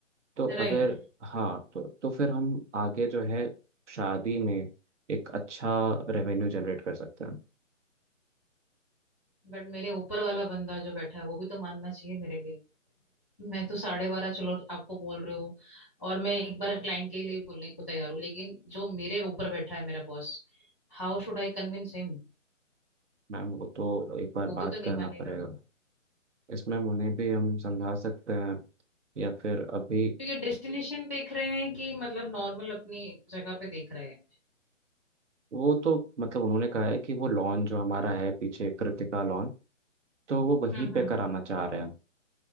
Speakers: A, on the right; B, in the centre.
A: तो
B: Right
A: अगर हाँ तो तो फिर हम आगे जो है शादी में एक अच्छा रेवेन्यू जनरेट कर सकते हैं
B: But मेरे ऊपर वाला बंदा जो बैठा है वो भी तो मानना चाहिए मेरे लिए मैं तो साढ़े बारह चलो आपको बोल रही हूँ और मैं एक बार क्लाइंट के लिए बोलने को तैयार हूँ लेकिन जो मेरे ऊपर बैठा है मेरा boss how should I convince him
A: मैम वो तो एक बार
B: वो भी
A: बात
B: तो नहीं
A: करना
B: मानेगा
A: पड़ेगा इसमें उन्हें भी हम समझा सकते हैं या फिर अभी
B: तो ये डेस्टिनेशन देख रहे हैं कि मतलब नॉर्मल अपनी जगह पे देख रहे हैं
A: वो तो मतलब उन्होंने कहा है कि वो लॉन जो हमारा है पीछे कृतिका लॉन तो वो वहीं
B: हम्म
A: पे
B: हम्म
A: कराना चाह रहे हैं